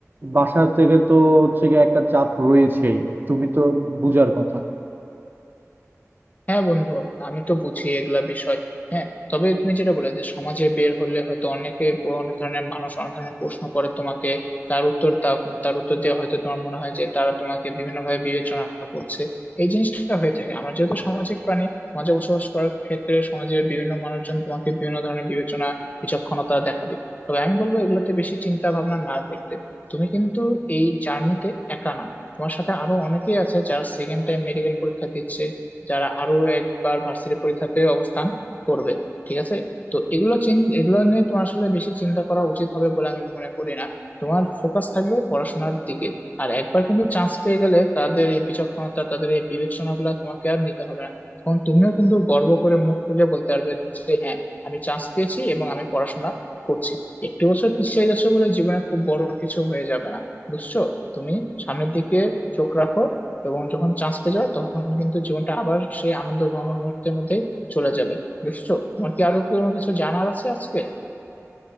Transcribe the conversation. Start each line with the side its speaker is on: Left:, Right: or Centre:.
Right: বাসা থেকে তো হচ্ছে গিয়ে একটা চাপ রয়েছেই তুমি তো বুঝার কথা
Left: হ্যাঁ বন্ধু আমি তো বুঝি এগুলা বিষয় হ্যাঁ তবে তুমি যেটা বলে যে সমাজে বের হলে হয়তো অনেকে প- অনেক ধরনের মানুষ অনেক ধরনের প্রশ্ন করে তোমাকে তার উত্তর দাও কিন্তু তার উত্তর দেওয়া হয়তো তোমার মনে হয় যে তারা তোমাকে বিভিন্নভাবে বিবেচনা করছে এই জিনিসটা হয়ে থাকে আমরা যেহেতু সামাজিক প্রাণী সমাজে বসবাস করার ক্ষেত্রে সমাজের বিভিন্ন মানুষজন তোমাকে বিভিন্ন ধরনের বিবেচনা বিচক্ষণতা দেখাবে তবে আমি বলবো এগুলোতে বেশি চিন্তা ভাবনা না করতে তুমি কিন্তু এই জার্নিতে একা না তোমার সাথে আরো অনেকেই আছে যারা সেকেন্ড টাইম মেডিকেল পরীক্ষা দিচ্ছে যারা আরো একবার ভার্সিটি পরীক্ষাতে অবস্থান করবে ঠিক আছে তো এগুলো চিন- এগুলো নিয়ে তোমার আসলে বেশি চিন্তা করা উচিত হবে বলে আমি মনে করি না তোমার ফোকাস থাকবে পড়াশোনার দিকে আর একবার কিন্তু চান্স পেয়ে গেলে তাদের এই বিচক্ষণতা তাদের এই বিবেচনা গুলা তোমাকে আর নিতে হবে না তখন তুমিও কিন্তু গর্ব করে মুখ খুলে বলতে পারবে যে হ্যাঁ আমি চান্স পেয়েছি এবং আমি পড়াশোনা করছি একটু বছর পিছিয়ে গেছো বলে জীবনে খুব বড় কিছু হয়ে যাবে না বুঝছো তুমি সামনের দিকে চোখ রাখো এবং যখন চান্স পেয়ে যাবে তখন কিন্তু জীবনটা আবার সেই আনন্দ ঘন মুহূর্তের মধ্যে চলে যাবে বুঝছো তোমার কি আরো কোনো কিছু জানার আছে আজকে